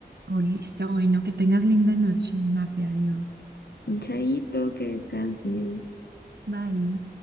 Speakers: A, on the right (about 70°); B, on the left (about 70°).
A: Oh, listo, bueno, que tengas linda noche, mafia, adiós.
B: Chaito, que descanses.
A: Bye.